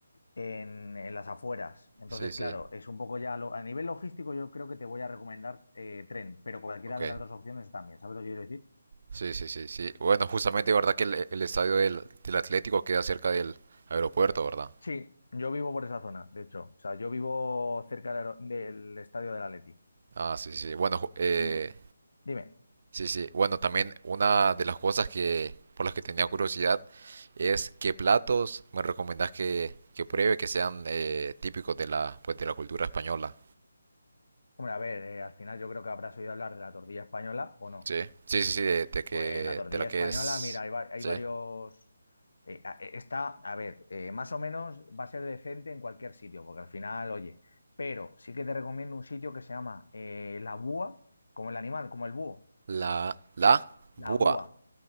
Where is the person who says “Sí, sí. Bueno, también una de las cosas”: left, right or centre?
Right